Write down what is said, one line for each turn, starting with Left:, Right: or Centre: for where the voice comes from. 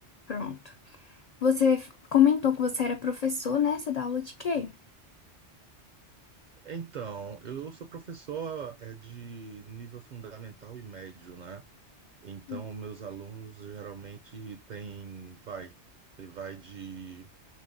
Left: Pronto. Você f- comentou que você era professor, né? Você dá aula de quê?
Right: Então, eu sou professor é, de nível fundamental e médio, né? Então,
Left: Hum.
Right: meus alunos geralmente têm, vai, vai de